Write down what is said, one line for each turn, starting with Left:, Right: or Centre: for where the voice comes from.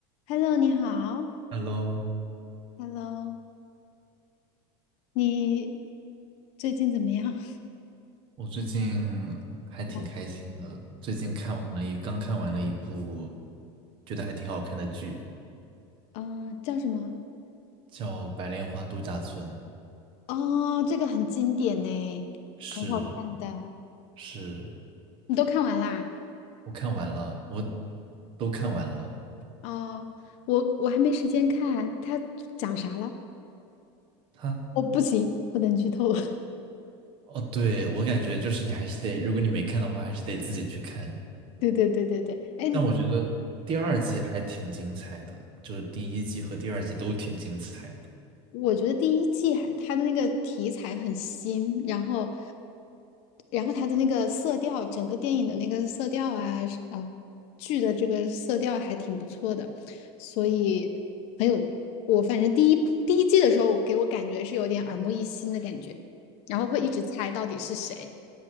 Left: Hello，你好。
Right: Hello，
Left: Hello，你最近怎么样？
Right: 我最近还挺开心的。
Left: <laughs>
Right: 最近看完了一，刚看完了一部觉得还挺好看的剧，
Left: 嗯，呃叫什么？
Right: 叫《白莲花度假村》。
Left: 哦，这个很经典呢，
Right: 是
Left: 很好看的。
Right: 是，
Left: 你都看完啦？
Right: 我看完了，我都看完了。
Left: 哦，我我还没时间看，它讲啥了？
Right: 它
Left: 哦，不行，不能剧透。<laughs>
Right: 哦，对，我感觉就是你还是得，如果你没看的话，还是得自己去看。
Left: 对对对对对。哎，
Right: 但我觉得第二季还挺精彩的，就是第一季和第二季都挺精彩的。
Left: 我觉得第一季还它的那个题材很新，然后，然后它的那个色调，整个电影的那个色调啊，是啊，剧的这个色调还挺不错的，所以很有我反正第一第一季的时候给我感觉是有点耳目一新的感觉，然后会一直猜到底是谁。